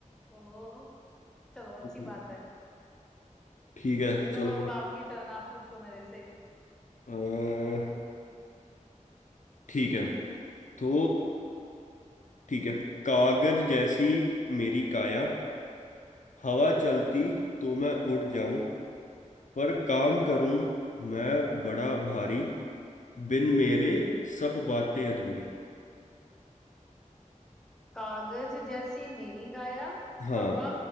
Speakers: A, in the centre; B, on the left.
A: ओ चलो अच्छी
B: हम्म,
A: बात है
B: ठीक है चलो
A: चलो अब आपकी टर्न आप पूछो मेरे से
B: अह, ठीक है तो ठीक है कागज जैसी मेरी काया हवा चलती तो मैं उड़ जाऊं पर काम करूं मैं बड़ा भारी बिन मेरे सब बातें अधूरी
A: कागज जैसी मेरी काया
B: हाँ
A: हवा